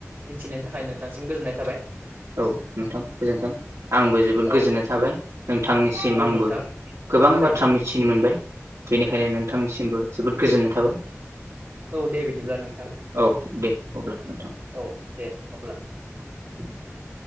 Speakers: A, on the right; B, on the right.
A: मिथिनायनि थाखाय नोंथांसिम गोजोननाय थाबाय
B: औ नोंथां गोजोनथों आंबो जोबोद गोजोननाय
A: औ
B: थाबाय नोंथांनिसिम
A: औ
B: आंबो
A: नोंथां
B: गोबां
A: थारैनो
B: बाथ्रा मिथिनो मोनबाय बेनिखायनो नोंथांनिसिमबो जोबोद गोजोननाय थाबाय
A: गोजो औ दे बिदिब्ला नोंथां
B: औ दे अब्ला नोंथां
A: औ दे अब्ला
B: <inaudible>